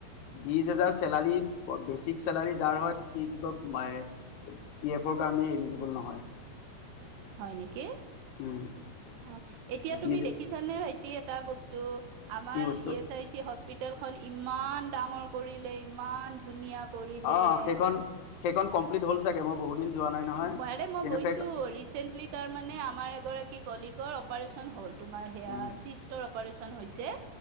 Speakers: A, on the left; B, on the right.
A: বিশ হেজাৰ চেলাৰী বেচিক চেলাৰী যাৰ হয় সি কি কয় পি এফৰ কাৰণে এলিজিবুল নহয়।
B: হয় নেকি?
A: উম।
B: অ এতিয়া
A: বীজ
B: তুমি দেখিছা নে ভাইটি এটা বস্তু আমাৰ
A: কি বস্তু
B: ই এছ আই চি হস্পিতেল খন ইমান ডাঙৰ কৰিলে, ইমান ধুনীয়া কৰিলে।
A: অঁ সেইখন সেইখন কমপ্লিট হ'ল চাগে মই বহুত দিন যোৱা নাই নহয়
B: ম মই
A: কিন্তু
B: গৈছো।
A: সেই
B: ৰিচেন্টলি তাৰ মে আমাৰ এগৰাকী কলিগৰ অপাৰচন হ'ল। তোমাৰ সেয়া
A: উম
B: চিষ্টৰ অপাৰেচন হৈছে।